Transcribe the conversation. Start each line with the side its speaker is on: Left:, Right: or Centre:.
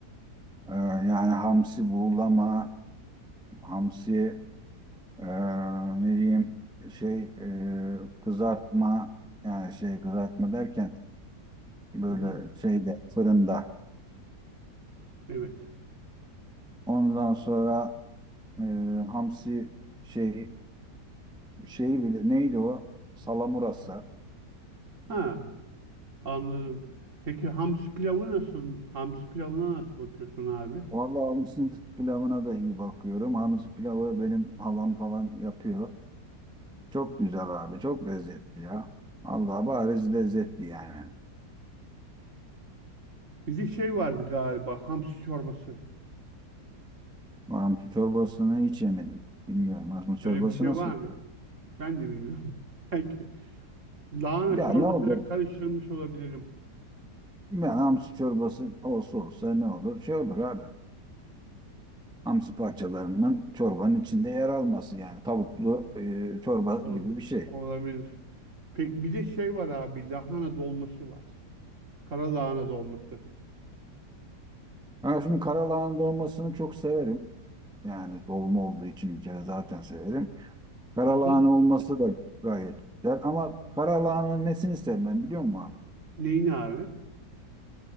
Centre: Ee, yani hamsi buğulama, hamsi e, ne diyeyim şey e, kızartma yani şey kızartma derken böyle
Right: Hı hı,
Centre: şeyde fırında.
Right: evet.
Centre: Ondan sonra e, hamsi şey şeyi bile neydi o? Salamurası.
Right: Ha, anladım. Peki hamsi pilavı nasıl? Hamsi pilavına nasıl bakıyorsun abi?
Centre: Vallahi hamsi pilavına da iyi bakıyorum. Hamsi pilavı benim halam falan yapıyor. Çok güzel abi. Çok lezzetli ya. Allah bariz lezzetli yani.
Right: Bir de şey vardı galiba hamsi çorbası.
Centre: Mantı çorbasını hiç yemedim. Bilmiyorum. Mantı çorbası
Right: Öyle bir şey
Centre: nasıl?
Right: var mı? Ben de bilmiyorum. <laughs> Belki lahana
Centre: Ya
Right: çorbasıyla
Centre: ne olur?
Right: karıştırmış olabilirim.
Centre: Yani hamsi çorbası olsa olsa ne olur? Şey olur abi. Hamsi parçalarının çorbanın içinde yer alması yani tavuklu e, çorba
Right: Olabilir.
Centre: gibi bir şey.
Right: Olabilir. Peki bir de şey var abi lahana dolması var. Kara lahana dolması.
Centre: Ha şimdi karalahana dolmasını çok severim. Yani dolma olduğu için bir kere zaten severim. Karalahana
Right: Hı hı.
Centre: olması da gayet güzel ama karalahananın nesini sevmem biliyor musun abi?
Right: Neyin abi?